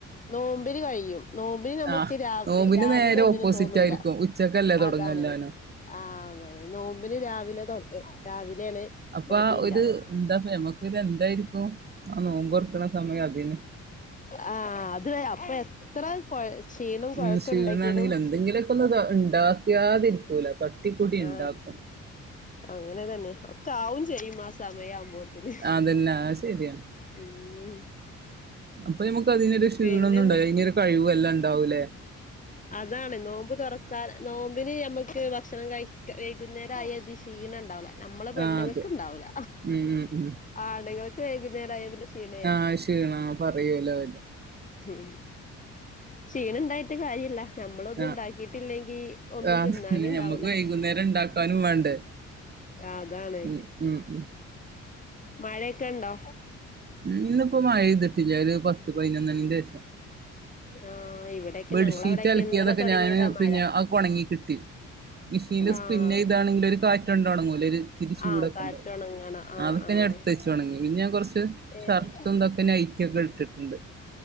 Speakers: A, on the left; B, on the right.
A: നോമ്പിന് കഴിയും നോമ്പിനി നമുക്ക്
B: ആഹ്
A: രാവി
B: നോമ്പിന്
A: രാവില
B: നേരെ
A: ഒന്നിനും
B: ഓപ്പോസിറ്റ്
A: തോന്നൂല
B: ആയിരിക്കും ഉച്ചക്കല്ലേ തൊടങ്ങ
A: അതാണ്
B: എല്ലാനും
A: ആ നോമ്പിന് രാവിലെ തൊട രാവിലെയാണ്
B: അപ്പൊ
A: മടിയിണ്ടാവ്അ
B: ആ ഒരു എന്താപ്പ ഞമ്മക്കൊരു എന്തായിരിക്കും ആ നോമ്പൊറക്കണ സമയം അതിന്
A: ആ അത് അപ്പൊ എത്ര ക്ഷീണം
B: ഉം
A: കൊഴേക്ക്ണ്ടെങ്കിലും
B: ക്ഷീണാണെങ്കിലും എന്തെങ്കിലുമൊക്കെ ഒന്ന് ഉണ്ടാക്കാതിരിക്കൂല തട്ടിക്കൂടി
A: ആ
B: ഇണ്ടാക്കും
A: അങ്ങനെ തന്നെ ഒക്കെ ആവും ചെയ്യും ആ സമയാവുമ്പോത്തിന്
B: അതന്നെ അത് ശരിയാ
A: ഉം
B: അപ്പൊ നമ്മുക്ക് അതിനൊരു ക്ഷീണൊന്നുണ്ടാവില്ല
A: പിന്നെന്ത്
B: അയിനൊരു കഴിവും എല്ലാം ഇണ്ടാവൂലേ
A: അതാണ് നോമ്പ് തുറക്കാൻ നോമ്പിന് നമ്മക്ക് ഭക്ഷ ണം കഴിക്കബ്ലോക്ക വൈകുന്നേരം ആയ അതിശീണണ്ടാവില്ല നമ്മള് പെണ്ണുങ്ങക്ക്ണ്ടാവൂല
B: ആ അതെ ഉം ഉം ഉം
A: ആണ്ങ്ങൾക്ക് വൈകുന്നേരായാപിന്നെ ക്ഷീണായിരിക്കും
B: ആ ക്ഷീണ പറയൂലോ അവര്
A: ഉം ക്ഷീണണ്ടായിട്ട് കാര്യല്ല നമ്മളൊന്നും
B: ആ
A: ഇണ്ടാക്കിട്ടില്ലെങ്കി ഒന്നും
B: ആ
A: തിന്നാന്ണ്ടാവൂല്ല
B: പിന്നെ ഞമ്മക്ക് വൈകുന്നേരം ഇണ്ടാക്കാനും വേണ്ടേ
A: ആ അതാണ്
B: ഉം ഉം ഉം
A: മഴയൊക്കെ ഇണ്ടോ
B: ഇന്നിപ്പോ മഴ പെയ്തിട്ടില്ല ഒരു പത്ത് പതിനൊന്നണിന്റെ ശേഷം
A: ആഹ് ഇവിടെയൊക്കെ
B: ബെഡ്ഷീറ്റ്
A: ഞങ്ങളവിടെയൊക്കെ
B: അലക്കിയതൊക്കെ
A: ഇന്നലെ തുടങ്ങിയതാ
B: ഞാന്
A: മഴ
B: പിന്നെ അതൊക്കൊണങ്ങിക്കിട്ടി മെഷീനി
A: ആഹ്
B: സ്പിന്നെയ്താണെങ്കിൽ ഒരു കാറ്റൊണ്ടൊണങ്ങൂലെ ഒരു ഇത്തിരി ചൂടൊക്ക്ണ്ട്
A: ആഹ് കാറ്റൊണങ്ങണം ആഹ്
B: അതൊക്കെ
A: ആഹ്
B: ഞാൻ എടുത്ത്വെച്ചൊണങ്ങി പിന്നെ ഞാൻ കുറച്ച്
A: ഏഹ്
B: ഷർട്ടും ഇതൊക്കെ നൈറ്റിയൊക്കെ ഇട്ടിട്ടുണ്ട്